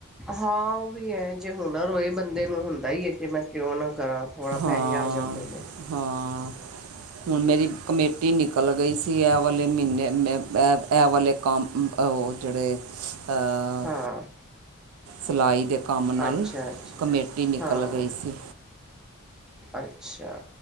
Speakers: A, in the centre; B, on the right (about 70°).
A: ਹਾਂ ਉਹ ਵੀ ਹੈ ਜੇ ਹੁਨਰ ਹੋਏ ਬੰਦੇ ਨੂੰ ਹੁੰਦਾ ਹੀ ਹੈ ਕਿ ਮੈ ਕਿਉ ਨਾ ਕਰਾਂ ਥੋੜ੍ਹਾ
B: ਹਾਂ
A: ਪੈਸੇ ਆ ਜਾਂਦੇ ਨੇ
B: ਹਾਂ ਹੁਣ ਮੇਰੀ ਕਮੇਟੀ ਨਿਕਲ ਗਈ ਸੀ ਇਹ ਵਾਲੇ ਮਹੀਨੇ ਮੈਂ ਇਹ ਵਾਲੇ ਕਮ ਉਹ ਜਿਹੜੇ ਆ
A: ਹਾਂ
B: ਸਿਲਾਈ ਦੇ ਕੰਮ ਨਾਲ
A: ਅੱਛਾ ਅੱਛਾ
B: ਕਮੇਟੀ ਨਿਕਲ
A: ਹਾਂ
B: ਗਈ ਸੀ।
A: ਅੱਛਾ।